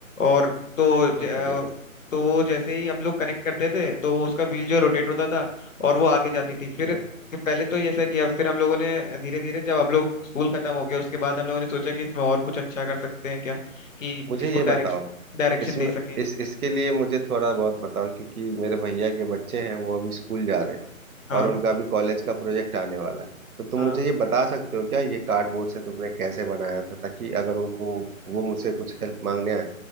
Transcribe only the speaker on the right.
बहुत
बढ़िया
हम्म।
मुझे
ये
बताओ
इसमें
इस इसके लिए मुझे थोड़ा बहुत बताओ क्योंकि मेरे भैया के बच्चे हैं वो अभी स्कूल जा रहे हैं
और उनका
अभी कॉलेज का प्रोजेक्ट आने वाला है तो तुम
मुझे ये बता सकते हो क्या ये कार्डबोर्ड से तुमने कैसे बनाया था ताकि अगर उनको वो मुझसे कुछ हेल्प मांगने आए